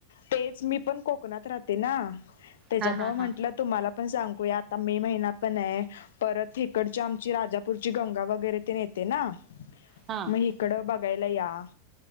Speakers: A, on the left; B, on the right.
A: तेचं मी पणं कोकणांत राहते नां त्यांच्यामुळे
B: हा हा
A: म्हंटलं
B: हा.
A: तुम्हांला पणं सांगूया आंता मे महिना पणं आहे. परंत हिकडची आमची राजापूरची गंगा वगैरे तेन येते नां
B: हां
A: हिकडं बघांयला यां